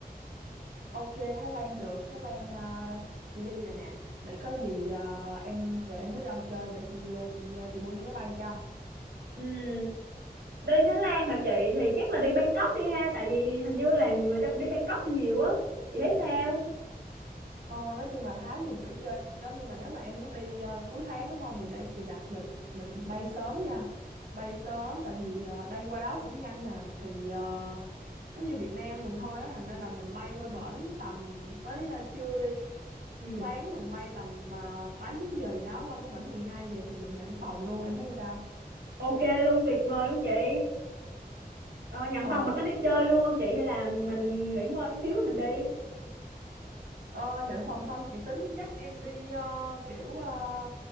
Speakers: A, on the right; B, on the right.
A: Ok, Thái Lan được, Thái Lan ờ, chị đi rồi nè. Để có gì ờ, em giờ em muốn đi đâu chơi để chị ờ, chị ờ, chị mua vé máy bay cho.
B: Ừm, đi Thái Lan hả chị? Thì chắc là đi Bangkok đi ha, tại vì hình như là người ta cũng đi Bangkok nhiều á, chị thấy sao?
A: Ờ, nói chung là Thái nhiều chỗ chơi lắm nhưng mà nếu mà em muốn đi ờ, cuối tháng đúng không? Vậy để chị đặt lịch mình bay sớm nha. Bay sớm tại vì ờ, đây qua đó cũng nhanh nè thì ờ, nó như Việt Nam mình thôi á thành ra là mình bay qua bển tầm tới ờ, trưa đi
B: Ừm,
A: sáng mình bay tầm à, 8 9 giờ gì đó qua tới bển 12 giờ thì mình nhận phòng luôn em thấy sao?
B: ok luôn, tuyệt vời luôn chị. Ờ, nhận
A: Ờ,
B: phòng mình có đi chơi luôn không chị hay là mình nghỉ ngơi một xíu rồi mình đi?
A: ờ nhận phòng xong chị tính dắt em đi ờ, kiểu ờ,